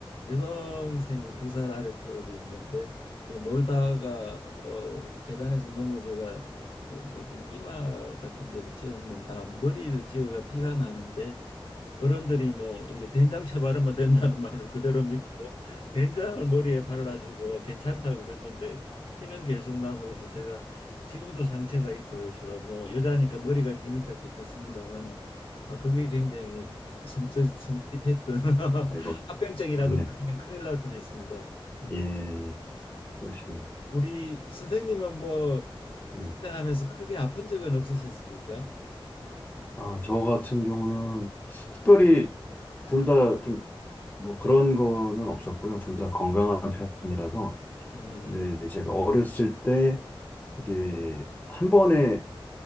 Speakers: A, on the left; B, on the left.
A: 여동생이 두 살 아래 터울이 있는데 이제 놀다가 어, 계단에서 넘어져가 예, 뭐 이렇게 이마 같은 데를 찧었는데 아, 머리를 찧어가 피가 나는데 어른들이 뭐 이렇게 된장채 바르면 된다는 <laughs> 말을 그대로 믿고 된장을 머리에 발라주고 괜찮다고 그랬는데 피는 계속 나고 해서 제가 지금도 상처가 있고 해서 뭐 여자니까 머리가 기니까 괜찮습니다만은 아 그게 굉장히 섬찟 섬찟했던 <laughs>
B: 이거
A: 합병증이라도
B: 네,
A: 걸리면 큰일 날 뻔했습니다.
B: 예, 그러시군.
A: 우리 선생님은 뭐
B: 예.
A: 성장하면서 크게 아픈 적은 없으셨습니까?
B: 아, 저 같은 경우는 특별히 둘 다 좀 뭐 그런 거는 없었고요. 둘 다 건강한 편이라서
A: 음,
B: 근데 제가 어렸을 때 이제 한 번에